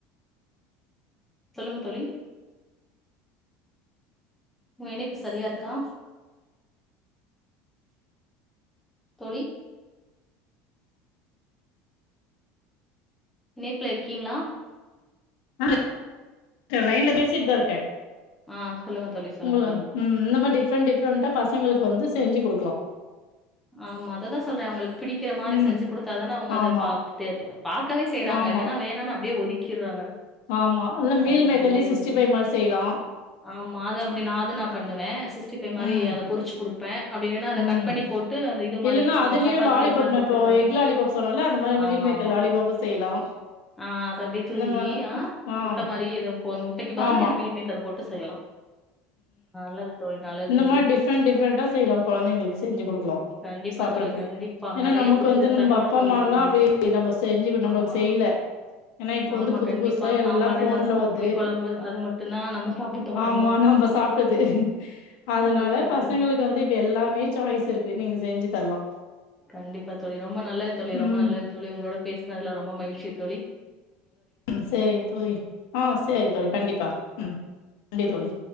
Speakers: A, in the centre; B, on the left.
A: சொல்லுங்க தோழி உங்க இணைப்பு சரியா இருக்கா? தோழி இணைப்புல இருக்கீங்களா?
B: ஆஹ் லைன்ல பேசிட்டுதா இருக்கே.
A: ஆ சொல்லுங்க தோழி சொல்லுங்க
B: உங்கள
A: சொல்லுங்க.
B: உம் இந்த மாரி டிஃப்ரெண்ட் டிஃப்ரெண்டா பசங்களுக் வந்து செஞ்சு கொடுக்கலா.
A: ஆமா அததா சொல்றே அவங்களுக் பிடிக்கற மாரி
B: ம்
A: செஞ்சு குடுத்தா தானே அவங்க அத
B: ஆமா
A: பாத் தேத் பாக்கவே செய்யறாங்க
B: ஆமா
A: இல்லேன்னா வேணான்னா அப்டியே ஒதுக்கிறாங்க
B: ஆமா இல்ல மீல்
A: அதனாலயே
B: மேக்கர்லயே சிக்ஸ்டி
A: வந்
B: ஃபைவ் மாரி செய்யலா
A: ஆமா அது அப்டி நா அது நா பண்ணுவேன் சிஸ் சிக்ஸ்டிஃப்வைவ் மாரி
B: ம்
A: அத பொரிச்சுகுடுத் பே அப்டில்லனா அத
B: ம்
A: கட் பண்ணி போட் த்து அந்த இது மாரி
B: இல்லன்னா அதுலயு
A: அஹ் சப்பாத்தி
B: லாலிபப்
A: இதுக்கலாம்
B: நா
A: தொட்டுக்ரமா
B: இப்போ எக் லாலிபப் சொன்னல அந்த மாரி
A: ஆமா
B: மீல் மேக்கர்
A: ஆமா
B: லாலிபப்பு செய்யலா
A: ஆஹ் அது அப்டியே துருவி
B: இந்த மாரிலா
A: அஹ்
B: ஆம்
A: முட்ட மாரி இதப்பொலந் முட்டைக்கு பதில
B: ஆமா
A: இந்த மீல் மேக்கர் போட்டு செய்லாம் ஆஹ் நல்லது தோழி நல்லது
B: இந்தமாரி
A: தோழி.
B: டிஃப்ரெண்ட் டிஃப்ரெண்டா செய்லாம் கெழந்தைங்களு சொய்ஞ்சு கொடுத் கொடுக்லாம்
A: கண்டிப்பா
B: சாப்பட்றது
A: தோழி கண்டிப்பா.
B: ஏன்னா
A: நெறைய
B: நமக்கு
A: புதுவித
B: வந்து நம்ம
A: தகவல்
B: அப்பாம்மல்லாம்
A: சொல்லியிருக்கீங்க.
B: அப்டியே நம்ம செய்ஞ்சு நமக்கு
A: ஆமா.
B: செய்யல ஏன்னா இப்ப
A: ஆமா
B: வந்து புதுப்
A: கண்டிப்பா.
B: புதுசா எல்லா
A: சாம்பாரு,
B: போன்ல
A: ரசம்,
B: வர்து
A: புளிக்குழம்பு அது மட்டும்தான் நம்ம சாப்பிட்டு வளர்ந்தோம்.
B: ஆமா நம்ம சாப்ட்டது அதனால
A: கண்டிப்பா
B: பசங்களுக்கு
A: தோழி.
B: வந்து இப்ப எல்லாமே சாய்ஸ் இருக்கு நீங்க செஞ்சு தர்லா
A: கண்டிப்பா தோழி ரொம்ப நல்லது தோழி ரொம்ப
B: ம்
A: நல்லது தோழி உங்களோட பேசனதுல்ல ரொம்ப மகிழ்ச் செர்த்தோழி
B: உம் சரிங்க தோழி ஆஹ் சரி தோழி கண்டிப்பா உம் நன்றி தோழி